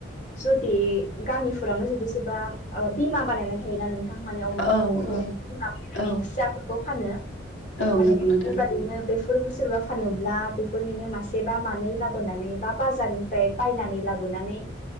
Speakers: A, on the left; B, on the left.
A: जुदि गामिफोरावनो जुदि सोरबा बिमा बानायनाय थायोना नोंथां। माने अमाखौ
B: औ औ
A: बिमा फायनानै
B: औ
A: फिसाफोरखौ फानो
B: औ
A: माने
B: नंगौ नोंथां
A: बेबादिनो बेफोरबो सोरबा फानोब्ला बेफोरनिनो मासेबा मानै लाबोनानै बा बाजारनिफ्राय बायनानै लाबोनानै